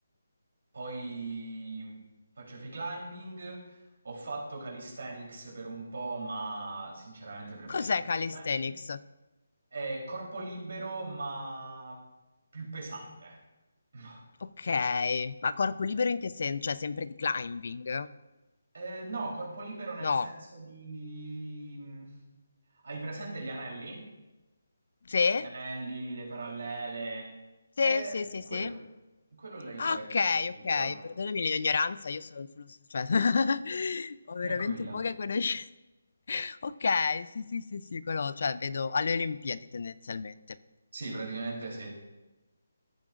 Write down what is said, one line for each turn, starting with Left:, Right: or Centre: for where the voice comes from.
Right: poi faccio free climbing, ho fatto calisthenics per un po', ma sinceramente preferisco
Left: Cos'è calisthenics?
Right: il free climbing. È corpo libero, ma più pesante. <laughs>
Left: Ok, ma corpo libero in che senso? Cioè sempre di climbing?
Right: Eh, no, corpo libero nel
Left: No.
Right: senso di... mm, Hai presente gli anelli?
Left: Sì?
Right: gli anelli, le parallele.
Left: Sì,
Right: Eh,
Left: sì, sì,
Right: quello,
Left: sì.
Right: quello lei
Left: Ah,
Right: sarebbe
Left: Ok,
Right: corpo libero.
Left: ok, perdonami l'ignoranza, io sono sullo... cioè, <laughs> ho veramente
Right: Tranquilla.
Left: poche conoscenze. Ok, sì, sì, sì, sì, quello, cioè vedo alle Olimpiadi tendenzialmente.
Right: Sì, praticamente sì.